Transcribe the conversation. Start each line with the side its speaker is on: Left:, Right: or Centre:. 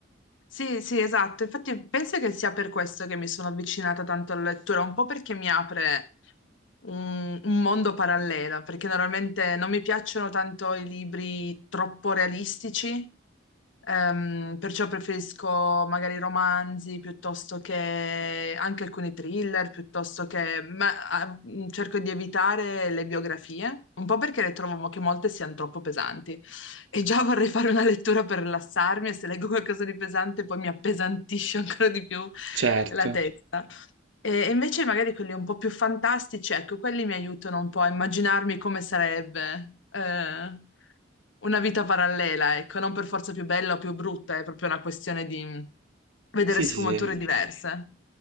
Left: Sì, sì, esatto. Infatti penso che sia per questo che mi sono avvicinata tanto alla lettura, un po' perché mi apre un, un mondo parallelo, perché normalmente non mi piacciono tanto i libri troppo realistici, Ehm, perciò preferisco magari romanzi piuttosto che anche alcuni thriller, piuttosto che... ma, ah, mh, cerco di evitare le biografie, un po' perché le trovo che molte siano troppo pesanti. E già vorrei fare una lettura per rilassarmi e se leggo qualcosa di pesante poi mi appesantisce <laughs> ancora di più
Right: Certo.
Left: la testa. E invece magari quelli un po' più fantastici, ecco, quelli mi aiutano un po' a immaginarmi come sarebbe eh, una vita parallela, ecco, non per forza più bella o più brutta, è proprio una questione di mm, vedere
Right: Sì,
Left: sfumature
Right: sì, sì.
Left: diverse.